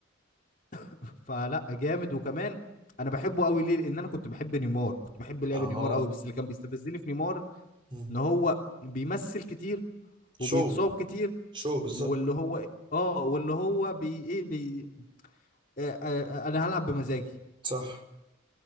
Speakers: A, on the left (about 40°); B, on the right (about 25°).
A: <laughs> فلا جامد وكمان انا بحبه قوي ليه لان انا كنت بحب نيمار كنت بحب لعب
B: اه
A: نيمار قوي بس اللي كان بيستفزني في نيمار
B: مم.
A: ان هو بيمثل كتير وبيتصاب
B: شو
A: كتير
B: شو بالظبط
A: واللي هو اه واللي هو بي ايه بي آه آه آه، انا هلعب بمزاجي
B: صح